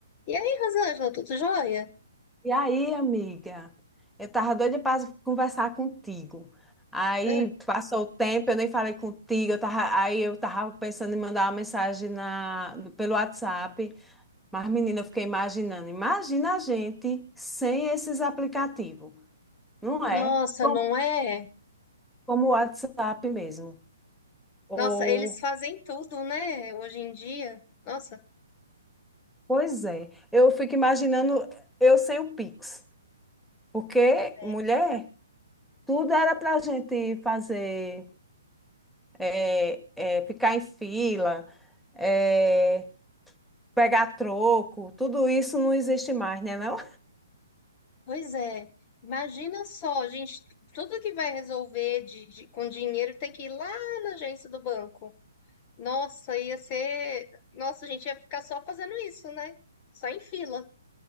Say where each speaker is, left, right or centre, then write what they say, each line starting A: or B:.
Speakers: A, on the left; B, in the centre.
A: E aí, Rosângela, tudo jóia?
B: E aí, amiga? Eu tava doida pra conversar contigo. Aí
A: Hum.
B: passou o tempo, eu nem falei contigo. Eu tava, aí eu tava pensando em mandar uma mensagem na, no- pelo WhatsApp. Mas, menina, eu fiquei imaginando. Imagina a gente sem esses aplicativos, não é?
A: Nossa,
B: Como,
A: não é?
B: como o WhatsApp mesmo. Ou,
A: Nossa, eles fazem tudo, né? Hoje em dia. Nossa,
B: pois é. Eu fico imaginando eu sem o Pix. Porque,
A: é.
B: mulher, tudo era pra gente fazer. é, é, ficar em fila, é, pegar troco, tudo isso não existe mais, né, não?
A: Pois é. Imagina só, gente, tudo que vai resolver de, de- com dinheiro tem que ir lá na agência do banco. Nossa, ia ser. Nossa, a gente ia ficar só fazendo isso, né? Só em fila.